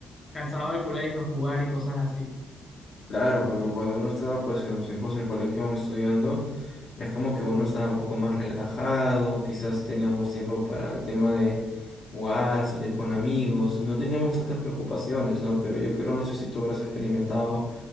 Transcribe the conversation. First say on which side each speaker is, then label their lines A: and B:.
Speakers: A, on the left; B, on the left.
A: cansado del colegio a jugar y cosas así.
B: Claro, porque cuando uno estaba pues en los tiempos del colegio aún estudiando, es como que uno estaba un poco más relajado, quizás teníamos tiempo para el tema de jugar, salir con amigos, no teníamos tantas preocupaciones, ¿no? Pero yo creo, no sé si tú habrás experimentado